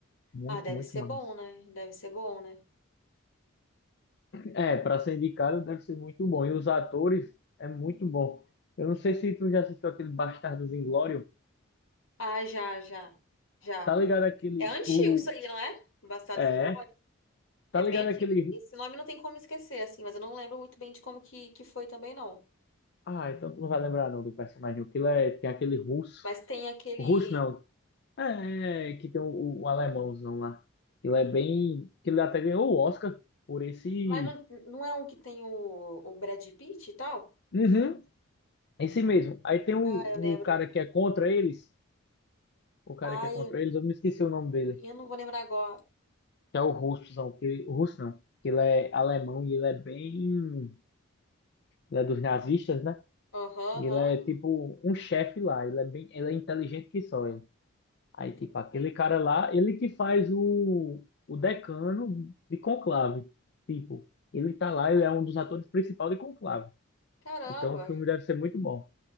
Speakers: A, on the left; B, on the left.
A: Muito,
B: Ah, deve
A: muito
B: ser
A: massa.
B: bom, né? Deve ser bom, né?
A: É, para ser indicado deve ser muito bom. E os atores é muito bom. Eu não sei se tu já assistiu aquele Bastardos Inglórios.
B: Ah, já, já, já.
A: Tá ligado aquele
B: É antigo
A: o
B: isso aí, não é? Bastardos
A: é,
B: Inglórios?
A: tá
B: É
A: ligado
B: bem antigo.
A: aquele
B: Esse nome não tem como esquecer, assim, mas eu não lembro muito bem de como que, que foi também, não.
A: Ah, então tu não vai lembrar não do personagem. O que é, tem aquele russo.
B: Mas tem aquele
A: O russo não. É, é, que tem o, o alemãozão lá. Ele é bem, que ele até ganhou o Oscar por esse
B: Mas não, não é um que tem o, o Brad Pitt e tal?
A: Uhum, esse mesmo. Aí tem o,
B: Ah, eu lembro.
A: o cara que é contra eles, o cara
B: Ai,
A: que é contra
B: eu
A: eles, eu me esqueci o nome dele.
B: eu não vou lembrar agora.
A: que é o russozão, que, o russo não, que ele é alemão e ele é bem, ele é dos nazistas, né?
B: Aham,
A: E Ele
B: aham.
A: é tipo um chefe lá, ele é bem, ele é inteligente que só ele. Aí
B: Entendi.
A: tipo aquele cara lá, ele que faz o, o decano de Conclave, tipo, ele tá lá, ele
B: Ah,
A: é um dos atores principais de Conclave.
B: caramba.
A: Então o filme deve ser muito bom.